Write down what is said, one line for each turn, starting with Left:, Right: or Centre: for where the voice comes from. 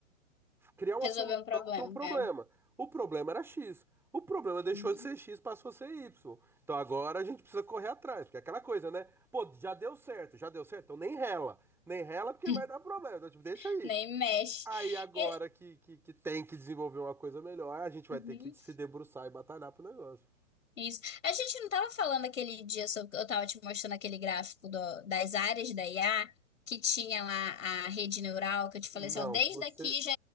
Centre: criar uma
Left: Resolver
Centre: solução
Left: um problema.
Centre: para um problema.
Left: É.
Centre: O problema era X. O problema deixou
Left: Uhum.
Centre: de ser X, passou a ser Y. Então agora a gente precisa correr atrás, porque é aquela coisa, né? Pô, já deu certo, já deu certo, então nem rela. Nem rela porque
Left: <laughs>
Centre: vai dar problema. Então, tipo, deixa aí.
Left: Nem mexe.
Centre: Aí agora
Left: E-
Centre: que, que, que tem que desenvolver uma coisa melhor, a gente vai
Left: Uhum.
Centre: ter que se debruçar e batalhar pro negócio.
Left: Isso. A gente não estava falando aquele dia sobre, eu estava te mostrando aquele gráfico do- das áreas da IA que tinha lá a rede neural, que eu te falei
Centre: Não,
Left: assim, ó, desde
Centre: você,
Left: aqui já